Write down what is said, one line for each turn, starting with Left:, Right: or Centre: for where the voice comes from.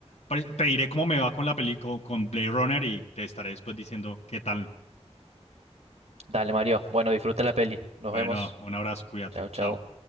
Left: para- Te diré cómo me va con la película, con con Blade Runner y te estaré después diciendo qué tal.
Right: Dale, Mario. Bueno, disfruta la peli. Nos
Left: Bueno,
Right: vemos.
Left: un abrazo, cuídate,
Right: Chao, chao.
Left: chao.